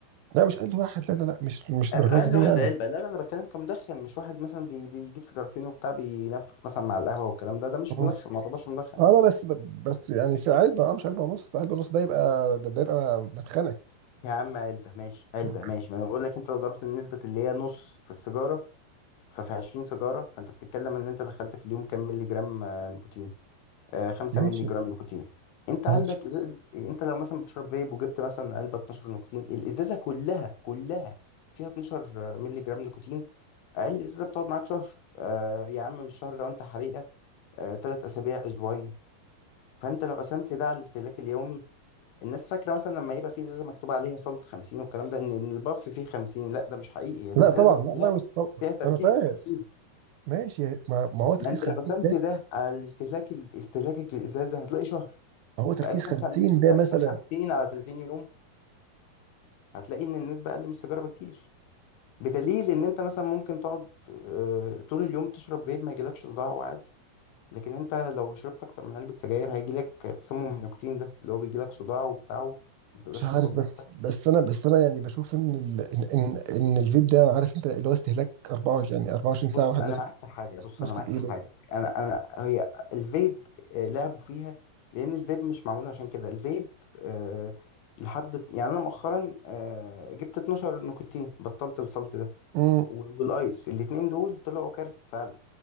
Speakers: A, on the right (about 80°); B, on the left (about 80°).
A: لا مش اقل واحد لا لا لا مش مش
B: أقل
A: درجات دي
B: واحد
A: يعني
B: علبة لا لا أنا بتكلم كمدخن مش واحد مثلا بي بيجيب سيجارتين وبتاع بينفخ مثلا مع القهوة والكلام ده ده مش
A: مم.
B: مدخن ما يعتبرش مدخن
A: اه لا بس بس يعني في علبه اه مش علبه ونص علبه ونص ده يبقى ده, ده يبقى مدخنه
B: يا عم علبة ماشي علبة
A: مم.
B: ماشي ما أنا بقول لك أنت لو ضربت النسبة اللي هي نص في السيجارة ففي 20 سيجارة فأنت بتتكلم إن أنت دخلت في اليوم كام مللي جرام آه، نيكوتين آه، 5
A: ماشي
B: مللي جرام نيكوتين أنت
A: ماشي
B: عندك إزازة أنت لو مثلا بتشرب فيب وجبت مثلا علبة 12 نيكوتين الإزازة كلها كلها فيها 12 مللي جرام نيكوتين أقل إزازة بتقعد معاك شهر آه، يا عم مش شهر لو أنت حريقة آه، تلات أسابيع أسبوعين فأنت لو قسمت ده على الاستهلاك اليومي الناس فاكرة مثلا لما يبقى في إزازة مكتوب عليها صلة 50 والكلام ده إن إن الباف فيه 50 لا ده مش حقيقي هي الإزازة
A: لا طبعا
B: كلها
A: لا لا مش طبعا.
B: فيها تركيز
A: انا فاهم
B: 50
A: ماشي ما, ما هو تركيز
B: ما انت
A: 50
B: لو قسمت
A: ده
B: ده على الاستهلاك استهلاكك للازازه هتلاقي شهر
A: هو تركيز
B: فقسم
A: 50
B: 50
A: ده
B: قسم
A: مثلا
B: 50 على 30 يوم هتلاقي ان النسبه اقل من السيجاره بكتير بدليل ان انت مثلا ممكن تقعد آه، طول اليوم تشرب فيب ما يجيلكش صداع وعادي لكن انت لو شربت اكتر من علبه سجاير هيجيلك تسمم النيكوتين ده اللي هو بيجيلك صداع وبتاع وما تقدرش
A: مش عارف
B: تاخد
A: بس
B: نفسك
A: بس سنة بس سنة يعني بشوف إن ال إن إن إن الفيبداء عارف أنت لو استهلك أرباعه يعني أرباعه شهرين ساعة
B: بص
A: واحد
B: انا
A: لازم
B: معاك في حاجه بص
A: مسكو
B: انا معاك
A: في
B: في
A: إيده
B: حاجه انا انا هي الفيب آه، لعبوا فيها لان الفيب مش معمول عشان كده الفيب أه لحد يعني انا مؤخرا أه جبت 12 نيكوتين بطلت السلط ده
A: أمم
B: و- والايس الاتنين دول طلعوا كارثه فعلا